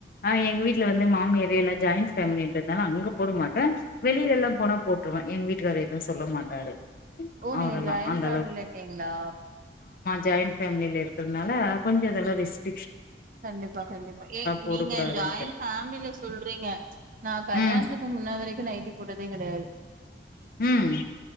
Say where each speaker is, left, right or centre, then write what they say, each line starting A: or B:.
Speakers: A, on the left; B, on the right.
A: ஆ எங்க வீட்டுல வந்து மாமியாரு எல்லா ஜாயின்ட் ஃபேமிலின்றது அதானா நீங்க போடமாட்டே வெளியில எல்லா போனா போட்டுருவே எங்க வீட்டுக்காரு எதுவு சொல்ல மாட்டாரு
B: ஓ நீங்க
A: அவரெல்லா
B: ஜாயின்
A: அந்த
B: ஃபேமில இருக்கீங்களா
A: ஜாயின் ஃபேமில இருக்கறதுனால கொஞ்சோ இதெல்லாம் ரிஸ்க்
B: கண்டிப்பா கண்டிப்பா ஏ
A: போடக்கூடாதுன்ட்டு
B: நீங்க ஜாயிண்ட் ஃபேமில சொல்றீங்க நான் கல்யாணத்துக்கு
A: ம்
B: முன்ன வரைக்கும் நைட்டி போட்டதே கெடையாது
A: ம்